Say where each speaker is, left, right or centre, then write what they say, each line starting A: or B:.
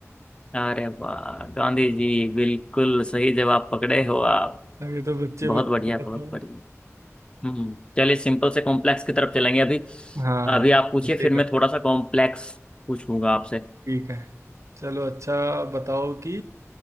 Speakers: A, on the left (about 20°); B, on the right (about 70°).
A: अरे वाह गांधी जी बिल्कुल सही जवाब पकड़े हो आप
B: अब ये तो बच्चे
A: बहुत
B: बच्चे
A: बढ़िया
B: के
A: बहुत
B: पता होगा।
A: बढ़िया हम्म चलिए सिंपल से कॉम्प्लेक्स की तरफ चलेंगे अभी
B: हाँ
A: अभी आप पूछिए
B: ठीक
A: फिर मैं
B: है
A: थोड़ा सा कॉम्प्लेक्स पूछूंगा आपसे
B: ठीक है चलो अच्छा बताओ कि